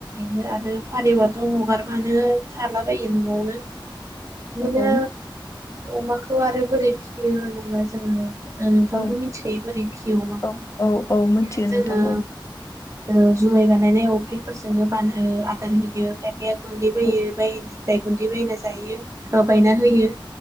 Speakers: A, on the right (about 35°); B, on the left (about 35°).
A: बे आरो फारिबाथ' हगारबानो थालाबायो न'आवनो बिहिनो
B: औ
A: अमाखौ आरो बोरै फियो होनोबा जोङो ओ नोंथाङाबो
B: औ
A: मिथिखायो बोरै भियो अमाखौ
B: औ औ औ मिथियो
A: बिदिनो
B: नोंथां
A: जोङो
B: औ
A: ओ जुमाय बानायनायावनो अफ्रिफोरजोंनो बान ओ आदार होयो खायफाया गुन्दै बोयो
B: औ
A: बायनिफ्राय गुन्दै बायना जायो बायना होयो